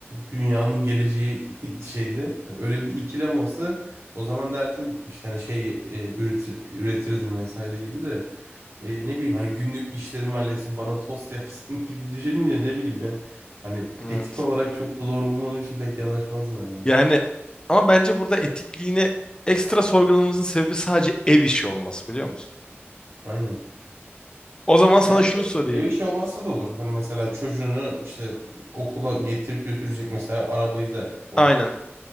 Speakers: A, on the right (about 70°); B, on the left (about 20°).
A: dünyanın geleceği <laughs> şeyde Hani öyle bir ikilem olsa o zaman derdim işte hani şey e, üretil- üretirdim vesaire gibi de e, ne bileyim hani günlük işlerimi halletsin bana tost yapsın <laughs> gibi düşününce ne bileyim ya. Hani
B: Evet.
A: etik olarak çok bu doğru bulmadığım için pek yanaşmazdım herhalde.
B: Yani ama bence burada etikliğini ekstra sorgulamamızın sebebi sadece ev işi olması biliyor musun?
A: Aynen.
B: O zaman sana
A: Ya
B: şunu sorayım.
A: ev işi olmasa da olur. Hani mesela çocuğunu işte okula getirip götürecek mesela arabayı da ona.
B: Aynen.